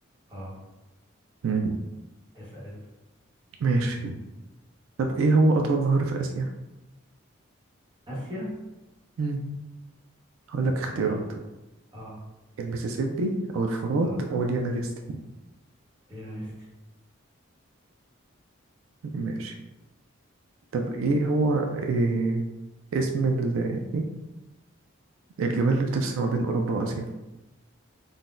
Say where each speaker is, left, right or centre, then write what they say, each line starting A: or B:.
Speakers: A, on the right; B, on the right.
A: اه
B: مم.
A: اسأل انت
B: ماشي طب إيه هو أطول نهر في آسيا؟
A: اسيا
B: مم. هقول لك اختيارات
A: انا اه
B: المسيسيبي أو الفرات
A: اه
B: أو اليانغستي
A: هي ليستي
B: ماشي طب إيه هو إيه اسم ال إيه؟ الجبال اللي بتفصل ما بين أوروبا وآسيا؟